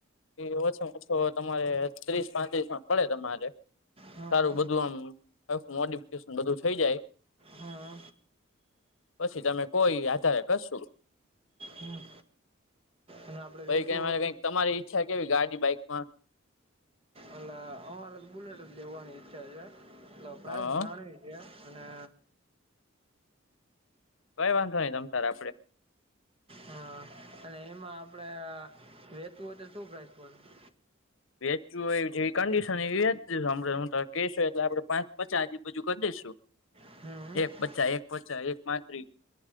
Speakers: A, on the left; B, on the right.
A: ઇ ઓછોમ ઓછો તમારે ત્રીસ પાંત્રીસ માં પડે તમારે.
B: હા
A: સારું બધું આમ આખું મોડિફિકેશન બધું થઈ જાય.
B: હા
A: પછી તમે કો ઈ આધારે કરસુ.
B: હમ અને આપડે
A: ભઈ
B: વેચવું
A: એમાં
B: હોય
A: કઈ તમારી. ઈચ્છા કેવી ગાડી બાઈકમાં.
B: અલા અમારે તો બુલેટ લેવાની ઈચ્છા છે. તો પ્રાઇઝ
A: હા
B: જાણવી છે અને
A: કઈ વાંધો નહી તમ તાર આપડે.
B: હા અને એમાં આપડે વેચવું હોય તો શું પ્રાઈસ પડે.
A: વેચવું એવી જેવી કંડિશન એવી વેચસું દશ હ કેશ એટલે આપડે પાંચ પચાસ આજુ બાજુ કરી દઈશું.
B: હમ્મ હમ્મ.
A: એક પચા એક પચા એક પાત્રી